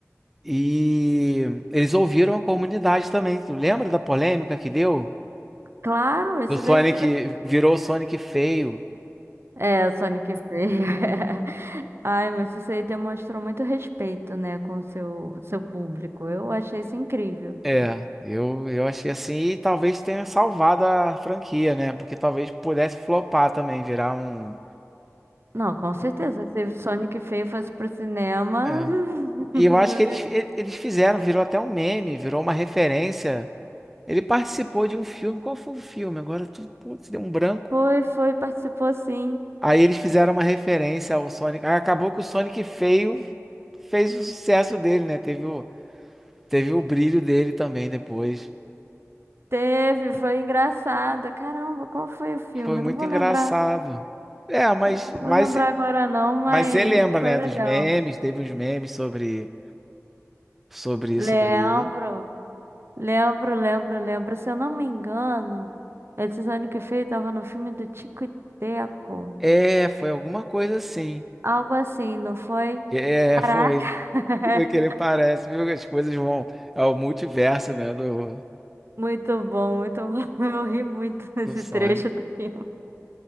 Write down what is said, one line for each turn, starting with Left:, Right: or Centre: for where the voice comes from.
Centre: E eles ouviram a comunidade também. Tu lembra da polêmica que deu?
Right: Claro, isso
Centre: Do Sonic
Right: daí foi.
Centre: virou o Sonic feio.
Right: É, o Sonic Feio. <laughs> Ai, mas isso aí demonstrou muito respeito, né, com o seu, seu público. Eu achei isso incrível.
Centre: É, eu, eu achei assim, e talvez tenha salvado a franquia, né? Porque talvez pudesse flopar também, virar um.
Right: Não, com certeza. Se o Sonic Feio fosse pro cinema,
Centre: É.
Right: <laughs>
Centre: E eu
Right: não
Centre: acho que eles,
Right: ia...
Centre: e- eles fizeram, virou até um meme, virou uma referência. Ele participou de um filme, qual foi o filme? Agora tu, putz, deu um branco.
Right: Foi, foi, participou sim.
Centre: Aí eles fizeram uma referência ao Sonic. Aí Acabou que o Sonic feio fez o sucesso dele, né? Teve o, teve o brilho dele também depois.
Right: Teve, foi engraçado. Caramba, qual foi o filme?
Centre: Foi muito
Right: Eu Não vou
Centre: engraçado.
Right: lembrar.
Centre: É, mas,
Right: Não vou
Centre: mas
Right: lembrar agora não, mas
Centre: Mas você lembra,
Right: foi
Centre: né,
Right: legal.
Centre: dos memes? Teve uns memes sobre, sobre isso
Right: Lembro.
Centre: daí.
Right: Lembro, lembro, lembro. Se eu não me engano, esse Sonic feio tava no filme do Tico e Teco.
Centre: É, foi alguma coisa assim.
Right: Algo assim, não foi?
Centre: É,
Right: Caraca!
Centre: foi.
Right: <laughs>
Centre: Foi que ele parece, viu? As coisas vão. É o multiverso, né, do,
Right: Muito bom, muito bom. <laughs> Eu ri muito nesse
Centre: do Sonic.
Right: trecho do filme.